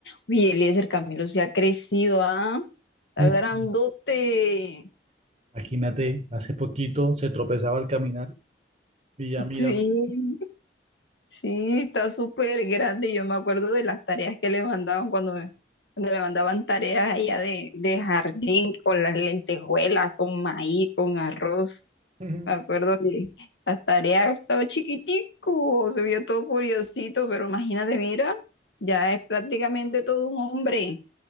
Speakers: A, on the left (about 85°); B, on the right (about 35°).
A: Uy, Eliezer Camilo se ha crecido, ¿ah? Está
B: Mm,
A: grandote.
B: Imagínate, hace poquito se tropezaba al caminar y ya mira,
A: Sí, sí, está súper grande. Yo me acuerdo de las tareas que le mandaban cuando me, cuando le mandaban tareas allá de, de jardín con las lentejuelas, con maíz, con arroz.
B: Ujú.
A: Me acuerdo que las tareas estaba chiquitico, se veía todo curiosito, pero imagínate, mira, ya es prácticamente todo un hombre,